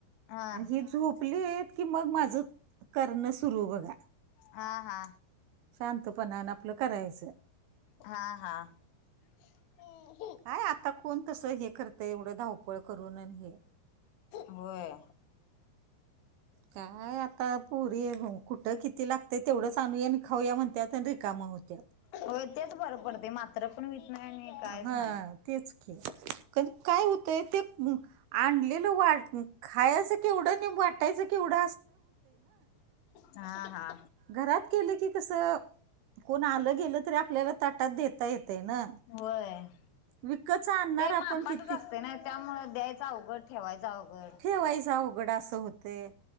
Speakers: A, on the left (about 80°); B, on the right (about 80°).
A: हा
B: आणि ही झूप लित की मग माझं करण सुरू बघा.
A: हा हा
B: शांतपणान आपलं करायच.
A: हा हा <inaudible>
B: काय आता कोण तस हे करतय एवढ धाव पळ करून आणि हे.
A: होय
B: काय आता पोरी कुठं, किती लागतय तेवढंच आणूया नि खाऊया म्हणत्यात आणि रिकाम होत्यात.
A: व्हय, तेच बर पडतय मात्र पण व्हित नाय आणि कायच
B: हा
A: नाय.
B: तेच की, क काय हूतंय ते आणलेलं वाट खायाच केवढ नी, वाटायच केवढ?
A: हा हा
B: घरात केल की कस कोण आल, गेल तरी आपल्याला ताटात देता येतय ना.
A: व्हय.
B: विकतच आणणार
A: ते मापातच
B: आपण किती
A: असतय नाय, त्यामुळ द्यायचं अवघड, ठेवायच अवघड.
B: ठेवायच अघड असं होते